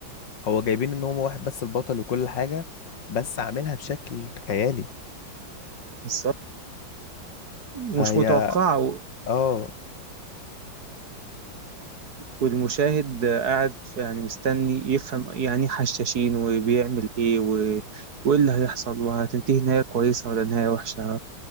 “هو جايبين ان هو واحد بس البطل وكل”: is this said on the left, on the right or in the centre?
Left